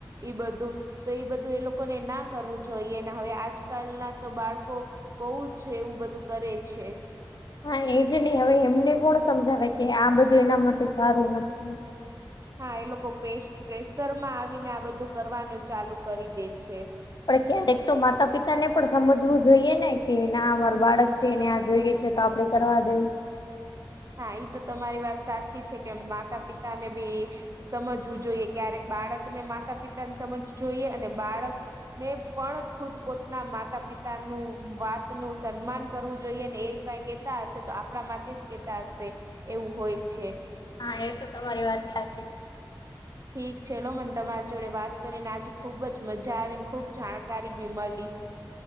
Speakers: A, on the right (about 40°); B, on the left (about 60°).
A: ઈ બધું તો એ બધું એ લોકોને ના કરવું જોઈએ ને, હવે આજકાલ ના તો બાળકો બહુ જ એવું બધું કરે છે.
B: હા, એજ નહી, હવે એમને કોણ સમજાવે કે, આ બધું એના માટે સારું નથી.
A: હા, એ લોકો પ્રેશર માં આવીને, આ બધું કરવાનું ચાલુ કરી દે છે.
B: પણ ક્યારેક તો માતા-પિતા ને, પણ સમજવું જોઈએ ને કે ના અમારું બાળક છે ને, આ જોઈ ગઈ છે તો, આપડે કરવા દઈ.
A: હા, ઈ તો તમારી વાત સાચી છે કે, માતા-પિતા ને બી સમજવું જોઈએ, ક્યારેક બાળકને માતા-પિતાને સમજવું જોઈએ, અને બાળક ને પણ ખુદ પોતાના માતા-પિતાનું વાત નું સન્માન કરવું જોઈએ ને, એ કઈક હશે તો, આપણા માટે જ કેતા હશે, એવું હોય છે.
B: હા, એટું તો મારી વાત સાચી.
A: ઠીક છે લો, મને તમારી જોડે વાત કરીને, આજે ખુબ જ મજા આવી ને, ખુબ જાણકારી બી મળી.